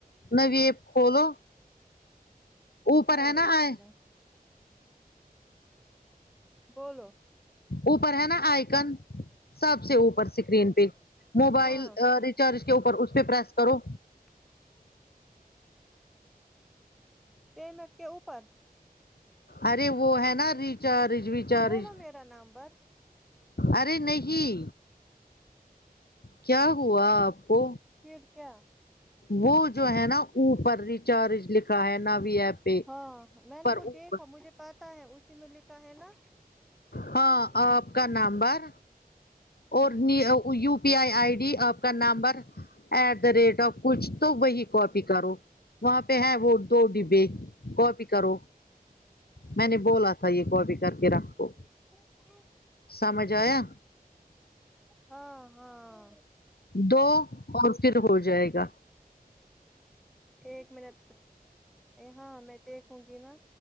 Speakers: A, on the left (about 80°); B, in the centre.
A: نوی ایپ کھولو اوپر
B: ٹھہرو
A: ہے نا
B: ایک
A: آئے
B: منٹ بولو
A: اوپر ہے نا آئکن سب سے اوپر اسکرین پہ موبائل
B: ہاں
A: چر کے اوپر اس پہ پریس کرو
B: <inaudible> پیمنٹ کے اوپر
A: ارے وہ ہے نا ریچارج ویچارج
B: بولو میرا نمبر
A: ارے نہیں کیا ہوا آپ کو
B: پھر کیا
A: وہ جو ہے نا اوپر ریچارج لکھا ہے ناوی ایپ پہ
B: ہاں میں نے
A: پر
B: وہ دیکھا
A: اوپر
B: مجھے پا تا ہے اسی میں لکھا ہے نا
A: ہاں آپ کا نمبر اور U P I I D آپ کا number at the rate of کچھ تو وہی کاپی کرو وہاں پہ ہے وہ دو ڈبے کاپی کرو میں نے بولا تھا یہ کاپی کر کے رکھو
B: <inaudible>
A: سمجھ آیا
B: ہاں ہاں
A: دو اور پھر ہو جائے گا
B: ایک منٹ ہاں میں دیکھوں گی نا